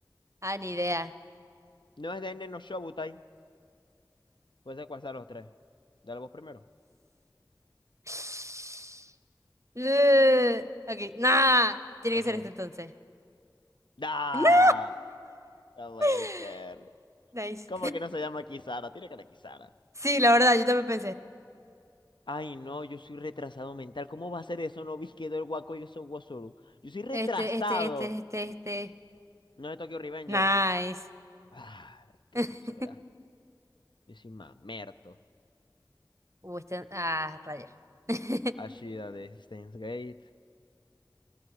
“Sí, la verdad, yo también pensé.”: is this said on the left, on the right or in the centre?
Right